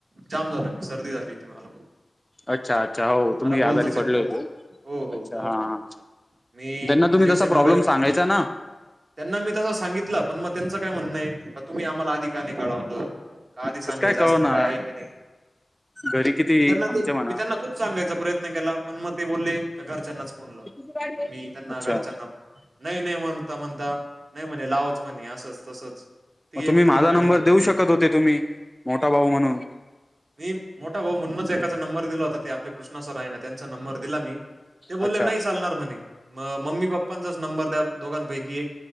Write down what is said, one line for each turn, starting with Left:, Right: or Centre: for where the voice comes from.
Right: जाम झालं सर्दी झाली हो ती मला
Centre: अच्छा अच्छा हो तुम्ही
Right: मला बोलताच
Centre: आजारी पडले
Right: येत नव्हतं.
Centre: होते
Right: हो हो
Centre: अच्छा
Right: तो
Centre: हा हा
Right: मी
Centre: त्यांना तुम्ही
Right: इंजेक्शन
Centre: तसा प्रॉब्लेम
Right: वगैरे
Centre: सांगायचा ना
Right: त्यांना मी तसं सांगितलं पण मग त्यांचं काय म्हणणं आहे नाही का तुम्ही आम्हाला आधिक का नाही कळवळत.. का आधी सांगायचं
Centre: कसं कळवणार
Right: असत काय आहे की नाही
Centre: घरी किती
Right: मी त्यांना
Centre: आमच्या
Right: ते
Centre: म्हणा
Right: मी त्यांना खूप सांगायचा प्रयत्न केला पण मग ते बोलले का घरच्यांनाच फोनला
Centre: अच्छा
Right: मग मी त्यांना घरच्यांना नाही नाही म्हणता म्हणता नाही म्हणे लावच म्हणे असंच तसंच ती
Centre: मग
Right: एक
Centre: तुम्ही
Right: तर
Centre: माझा
Right: मॅडम
Centre: नंबर
Right: खूप
Centre: देऊ
Right: बेकार
Centre: शकत
Right: आहे.
Centre: होते तुम्ही मोठा भाऊ म्हणून
Right: मी मोठा भाऊ म्हणूनच एकाचा नंबर दिला होता ते आपले कृष्णा सरायनं त्यांचा नंबर दिला मी. ते बोलले
Centre: अच्छा
Right: नई चालणार म्हणे म मम्मी पप्पांचाच नंबर द्या दोघांपैकी एक